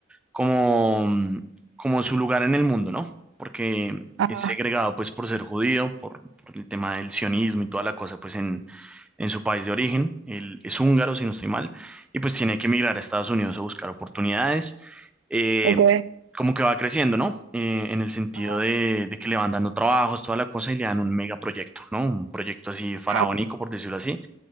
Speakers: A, in the centre; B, on the right (about 75°).
A: como, mm, como su lugar en el mundo, ¿no? Porque
B: ajá,
A: es segregado pues por ser judío, por, por el tema del sionismo y toda la cosa pues en, en su país de origen, él es húngaro, si no estoy mal, y pues tiene que emigrar a Estados Unidos a buscar oportunidades, eh,
B: ok,
A: como que va creciendo, ¿no? Eh, en el sentido
B: ajá,
A: de, de que le van dando trabajos, toda la cosa, y le dan un megaproyecto, ¿no? Un proyecto así faraónico,
B: ajá,
A: por decirlo así,